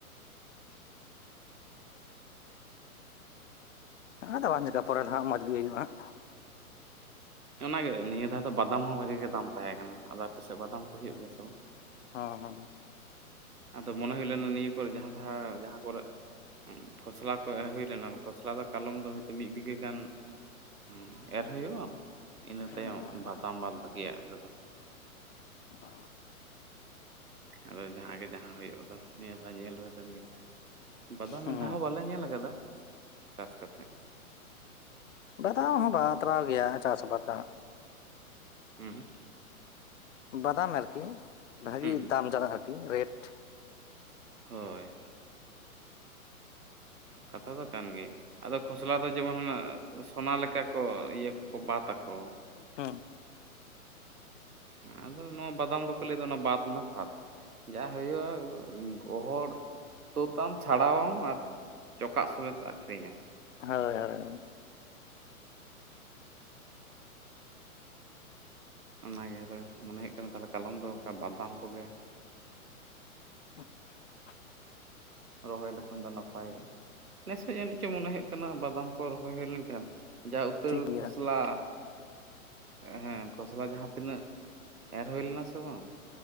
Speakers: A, on the left; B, on the right.
A: ᱦᱮᱸ ᱟᱫᱚ ᱵᱟᱝ ᱪᱮᱠᱟ-ᱟ ᱯᱚᱨᱮ ᱫᱚ ᱦᱟᱸᱜ ᱢᱚᱸᱡᱽ ᱜᱮ ᱦᱩᱭᱩᱜᱼᱟ ᱦᱟᱸᱜ
B: ᱚᱱᱟᱜᱮ ᱱᱤᱭᱟᱹ ᱫᱷᱟᱣ ᱫᱚ ᱵᱟᱫᱟᱢ ᱦᱚᱸ ᱵᱷᱟᱜᱤ ᱜᱮ ᱫᱟᱢ ᱛᱟᱦᱮᱸ ᱠᱟᱱᱟ ᱟᱫᱚ ᱟᱯᱟᱥᱮᱫ ᱵᱟᱫᱟᱢ ᱠᱚ ᱦᱩᱭᱩᱜ ᱜᱮᱭᱟ ᱥᱮ ᱵᱟᱝ
A: ᱦᱟᱸᱜ ᱦᱚᱸ
B: ᱟᱫᱚ ᱢᱚᱱᱮ ᱦᱩᱭ ᱞᱮᱱᱟ ᱱᱤᱭᱟᱹ ᱠᱚ ᱨᱮ ᱡᱟᱸᱦᱟ ᱫᱷᱟᱹᱣ ᱡᱟᱸᱦᱟ ᱠᱚ ᱨᱮ ᱠᱷᱚᱥᱞᱟ ᱠᱚ ᱮᱨ ᱦᱩᱭ ᱞᱮᱱᱟ ᱠᱷᱚᱥᱞᱟ ᱫᱚ ᱠᱟᱞᱚᱢ ᱫᱚ ᱦᱚᱭᱛᱳ ᱢᱤᱫ ᱵᱤᱜᱷᱟᱹ ᱜᱟᱱ ᱦᱮᱸ ᱮᱨ ᱦᱩᱭᱩᱜᱼᱟ ᱤᱱᱟᱹ
A: ᱦᱚᱸ
B: ᱛᱟᱭᱚᱢ ᱵᱟᱫᱟᱢ ᱵᱟᱫᱽ ᱵᱟᱠᱤᱭᱟᱜ ᱨᱮᱫᱚ
A: ᱚ
B: ᱟᱫᱚ ᱡᱟᱦᱟᱸ ᱜᱮ ᱡᱟᱦᱟᱸ ᱦᱩᱭᱩᱜᱼᱟ ᱫᱚ ᱱᱤᱭᱟᱹ ᱫᱷᱟᱣ ᱧᱮᱞ ᱦᱩᱭ ᱞᱮᱱ ᱜᱮ ᱵᱟᱫᱟᱢ
A: ᱦᱩᱸ
B: ᱢᱤᱫ ᱫᱷᱟᱣ ᱦᱚᱸ ᱵᱟᱞᱮ ᱧᱮᱞ ᱠᱟᱫᱟ ᱪᱟᱥ ᱠᱟᱛᱮᱜ᱾
A: ᱵᱟᱫᱟᱢ ᱦᱚᱸ ᱵᱟᱛᱨᱟᱣ ᱜᱮᱭᱟ ᱪᱟᱥ ᱟᱵᱟᱫᱽ
B: ᱦᱮᱸ
A: ᱵᱟᱫᱟᱢ ᱟᱨᱠᱤ ᱵᱷᱟᱜᱤ
B: ᱦᱩᱸ ᱦᱩᱸ
A: ᱫᱟᱢ ᱡᱟᱜᱟ ᱟᱨᱠᱤ ᱨᱮᱴ
B: ᱦᱳᱭ ᱠᱟᱛᱷᱟ ᱫᱚ ᱠᱟᱱ ᱜᱮᱭᱟ ᱟᱫᱚ ᱠᱷᱚᱥᱞᱟ ᱫᱚ ᱡᱮᱢᱚᱱ <unintelligible> ᱥᱚᱱᱟ ᱞᱮᱠᱟ ᱠᱚ ᱤᱭᱟᱹ ᱠᱚ ᱵᱟᱛ ᱟᱠᱚ
A: ᱦᱮᱸ
B: ᱟᱫᱚ ᱱᱚᱣᱟ ᱵᱟᱫᱟᱢ ᱫᱚ ᱠᱚ ᱞᱟᱹᱭ ᱫᱟ ᱚᱱᱟ ᱵᱟᱫ ᱱᱟ ᱯᱷᱟᱫᱽ ᱡᱟ ᱦᱩᱭᱩᱜᱼᱟ ᱜᱚᱦᱚᱲ ᱛᱳᱫ ᱟᱢ ᱪᱷᱟᱲᱟᱣ ᱟᱢ ᱟᱨ ᱪᱚᱠᱟᱜ ᱥᱩᱢᱤᱛ ᱟᱹᱠᱷᱨᱤᱧ ᱟᱢ
A: ᱦᱳᱭ ᱦᱳᱭ
B: ᱚᱱᱟ ᱜᱮ ᱟᱫᱚ ᱢᱚᱱᱮ ᱦᱳᱭᱳᱜ ᱠᱟᱱᱟ ᱛᱟᱦᱚᱞᱮ ᱠᱟᱞᱚᱢ ᱫᱚ ᱚᱱᱠᱟ ᱵᱟᱫᱟᱢ ᱠᱚᱜᱮ
A: <inaudible>
B: ᱨᱚᱦᱚᱭ ᱞᱮᱠᱷᱟᱱ ᱫᱚ ᱱᱟᱯᱟᱭᱚᱜᱼᱟ ᱱᱮᱥ ᱦᱚᱸ ᱡᱟᱹᱱᱤᱡ ᱪᱚᱝ ᱢᱚᱱᱮ ᱦᱳᱭᱳᱜ ᱠᱟᱱᱟ ᱵᱟᱫᱟᱢ ᱠᱚ ᱨᱚᱦᱚᱭ ᱦᱳᱭ ᱞᱮᱱᱠᱷᱟᱱ ᱡᱟ ᱩᱛᱟᱹᱨ
A: ᱴᱷᱤᱠ ᱜᱮᱭᱟ
B: ᱠᱷᱚᱥᱞᱟ ᱦᱮᱸ ᱠᱷᱚᱥᱞᱟ ᱡᱟᱦᱟᱸ ᱛᱤᱱᱟᱹᱜ ᱮᱨ ᱦᱳᱭ ᱞᱮᱱᱟ ᱥᱮ ᱵᱟᱝ